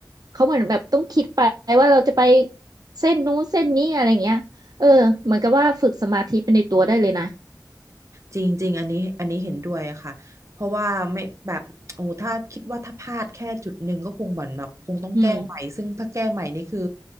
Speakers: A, on the right; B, on the right.
A: เขาเหมือนแบบต้องคิดไปว่าเราจะไปเส้นนู้นเส้นนี้อะไรอย่างเงี้ยเออเหมือนกับว่าฝึกสมาธิไปในตัวได้เลยนะ
B: จริงจริงอันนี้อันนี้เห็นด้วยค่ะเพราะว่าไม่แบบโอ้โหถ้าคิดว่าถ้าพลาดแค่จุดหนึ่งก็คงเหมือนแบบคงต้องแก้ใหม่ซึ่งถ้าแก้ใหม่นี่คือ
A: อืม